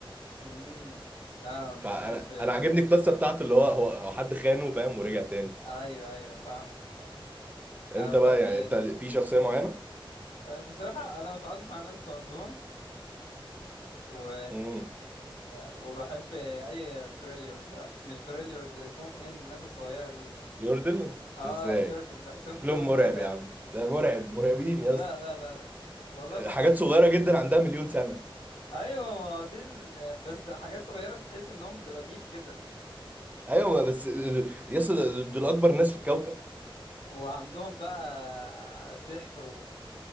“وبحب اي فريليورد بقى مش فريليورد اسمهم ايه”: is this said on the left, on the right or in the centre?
Left